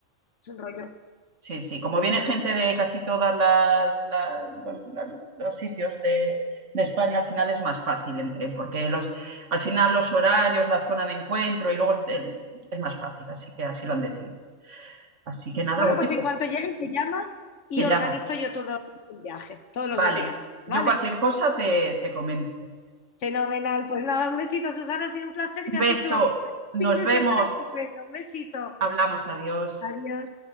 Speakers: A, on the left (about 65°); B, on the right (about 65°).
A: Es un rollo.
B: sí, sí, como viene gente de casi todas las, las- las- los sitios de, de España, al final es más fácil en tren, porque los, al final los horarios, la zona de encuentro y luego el- el- es más fácil, así que así lo han decidido. Así que nada,
A: Bueno,
B: oye,
A: pues en
B: pues
A: cuanto llegues me llamas y
B: te
A: organizo
B: llamo.
A: yo todo el viaje, todos los
B: Vale,
A: dos días, ¿vale?
B: yo cualquier cosa te, te comento.
A: Fenomenal. Pues nada, un besito, Susana, ha sido un placer y
B: Un
A: me
B: beso,
A: has hecho vamos, un
B: nos
A: fin de
B: vemos,
A: semana estupendo. Un besito.
B: hablamos, adiós.
A: Adiós.